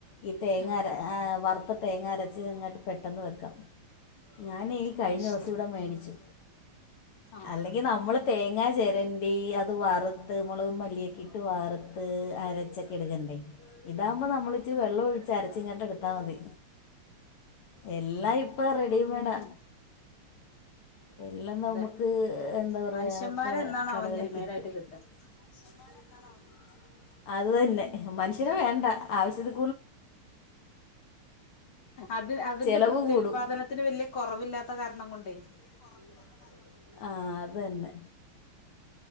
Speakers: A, on the left; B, on the left.
A: ഈ തേങ്ങ
B: ആഹ്
A: അര വറുത്ത തേങ്ങ അരച് ഇങ്ങോട്ട് പെട്ടെന്ന് വെക്കാം. ഞൻ ഈ കഴിഞ്ഞ
B: അത് ശരി
A: ദിവസം ഇവിട മേടിച്ചു
B: ആഹ്
A: അല്ലെ. ഇ നമ്മൾ തേങ്ങാ ചെരണ്ടി അത് വറുത്ത് മെള്കും മല്ലിഒക്കി ഇട്ട് വറു പ്പ് അരച്ചക്കെ എട്‌ക്കണ്ടേ ഇതാവുമ്പോ നമ്മള് ഇച്ചി വെള്ളോഴിച്ച് അരച്ച്ങ്ങാണ്ട് എടുത്താമതി എല്ലായിപ്പ റെഡിമെഡാ
B: ഉം
A: എല്ലാം
B: അതെ
A: നമുക്ക് എന്താ പറയാ
B: മനുഷ്യന്മാരെ
A: ഇപ്പ
B: എന്നാണാവോ
A: കടകളി
B: ഇനി
A: കിട്ടും
B: <inaudible>
A: <inaudible> അത് തന്നെ മനുഷ്യരെ വേണ്ട ആവശ്യത്തി
B: അത് അതിന്റെ
A: ചിലവ്
B: പ്രത്യുൽപാദന
A: കൂടും
B: ത്തിന് വല്ല്യ കുറവില്ലാത്ത കാരണം കൊണ്ടേ.
A: <inaudible> ആഹ് അതന്നെ.